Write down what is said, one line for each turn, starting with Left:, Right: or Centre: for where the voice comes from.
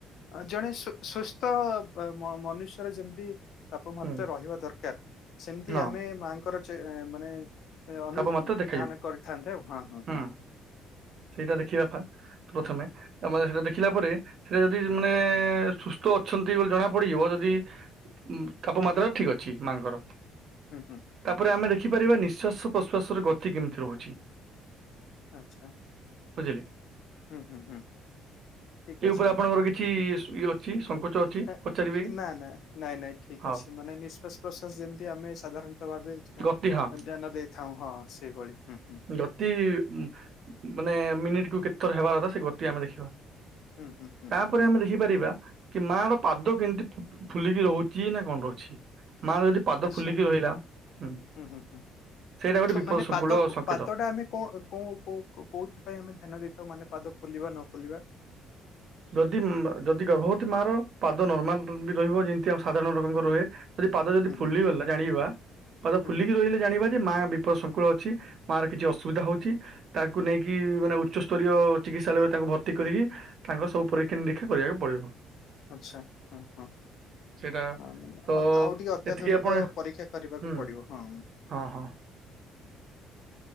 Left: ଆ ଜଣେ ସୁ ସୁସ୍ତ ବ୍ ଆ ମ ମନୁଷ୍ୟର ଯେମତି ତାପମାତ୍ରା
Right: ହୁଁ
Left: ରହିବା ଦରକାର୍ ସେମତି
Right: ହଁ
Left: ଆମେ ମାଆଙ୍କର ଚେ ଏଁ ମାନେ ଏ ଅନୁ
Right: ତାପମାତ୍ରା
Left: ଉଁ ଉଁ
Right: ଦେଖାଯିବ
Left: ଧାନ କରିଥାନ୍ତେ ଆଉ ହଁ ହଁ
Right: ହୁଁ
Left: ହଁ।
Right: ସେଇଟା ଦେଖିବା ଫା ପ୍ରଥମେ ଆମର ସେଇଟା ଦେଖିଲା ପରେ ସେ ଯଦି ମାନେ ସୁସ୍ତ ଅଛନ୍ତି ବୋଲି ଜଣାପଡିଯିବ ଯଦି ଉଁ ତାପମାତ୍ରା ଠିକ୍ ଅଛି ମାଆଙ୍କର।
Left: ହୁଁ ହୁଁ।
Right: ତାପରେ ଆମେ ଦେଖିପାରିବା ନିଶ୍ୱାସ ପ୍ରଶ୍ୱାସର ଗତି କେମିତି ରହୁଛି।
Left: ଆଚ୍ଛା।
Right: ବୁଝିଲେ।
Left: ହୁଁ ହୁଁ ହୁଁ। ଠିକ୍
Right: ଏଇ
Left: ଅଛି।
Right: ଉପରେ ଆପଣଙ୍କର କିଛି ଇଏ ସୁ ଇଏ ଅଛି ସଙ୍କୋଚ ଅଛି
Left: ଏ,
Right: ପଚାରିବେ।
Left: ନା ନା ନାଇଁ ନାଇ। ଠିକ୍
Right: ହଁ।
Left: ଅଛି ମାନେ ନିଶ୍ୱାସ ପ୍ରଶ୍ୱାସ ଯେମତି ଆମେ ସାଧାରଣତଃ ଭାବେ ଏଁ
Right: ଗତି ହଁ
Left: ଧ୍ୟାନ ଦେ ଥାଉଁ ହଁ ସେଇଭଳି ହୁଁ ହୁଁ।
Right: ଦତି ଉଁ ଉଁ ଉଁ ମାନେ ମିନିଟକୁ କେତେଥର ହେବା ଆବଶ୍ୟ ସେ ଗତି ଆମେ ଦେଖିବା।
Left: ହୁଁ ହୁଁ ହୁଁ।
Right: ପରେ ଆମେ ଦେଖିପାରିବା କି ମାର ପାଦ କିନ୍ତି ଫୁ ଫୁ ଫୁଲିକି ରହୁଚି ନାଁ କଣ ରହୁଛି। ମାର ଯଦି ପାଦ
Left: ଆଚ୍ଛା
Right: ଫୁଲିକି ରହିଲା ହୁଁ
Left: ହୁଁ ହୁଁ ହୁଁ
Right: ସେଇଟା ଗୋଟେ
Left: ଠୁ
Right: ବିପଦ
Left: ମାନେ
Right: ସଙ୍କୁଳ
Left: ପାଦ
Right: ସ
Left: ପାଦଟା ଆମେ କଁ କଁ କୋଉ କୋଉ କୋଉଥିପାଇଁ ଆମେ ଧ୍ୟାନ ଦେଇଥାଉ ମାନେ ପାଦ ଫୁଲିବା ନ ଫୁଲିବା।
Right: ଯଦି ଉଁ ମା ଯଦି ଗର୍ଭବତୀ ମାର ପାଦ ନର୍ମାଲ ଇନ୍ତି ରହିବ ଯିନ୍ତି ଆମ ସାଧାରଣ ଲୋକଙ୍କ ରହେ ଯଦି ପାଦ ଯଦି
Left: ହୁଁ
Right: ଫୁଲିଗଲା
Left: ହୁଁ
Right: ଜାଣିବା ପାଦ
Left: ହୁଁ
Right: ଫୁଲିକି
Left: ହୁଁ
Right: ରହିଲେ ଜାଣି ବା ଯେ ମା ବିପଦ ସଂଙ୍କୁଳ ଅଛି ମାର କିଛି ଅସୁବିଧା ହଉଛି। ତାକୁ ନେଇକି ମାନେ ଉଚ୍ଚସ୍ତରୀୟ ଚିକିତ୍ସାଳୟରେ ତାକୁ ଭର୍ତ୍ତି କରିକି ତାଙ୍କର ସବୁ ପରୀକ୍ଷା ନିରୀକ୍ଷା କରିବାକୁ ପଡିବ।
Left: ଆଚ୍ଛା ହଁ ହଁ।
Right: ସେଇଟା
Left: ହଁ ମାନେ
Right: ତ
Left: ଆଉ ଟିକେ ଅତ୍ୟାଧୁନିକ
Right: ଏତିକି ଆପଣ
Left: ପରୀକ୍ଷା କରିବାକୁ
Right: ହୁଁ
Left: ପଡିବ ହଁ।
Right: ହଁ ହଁ।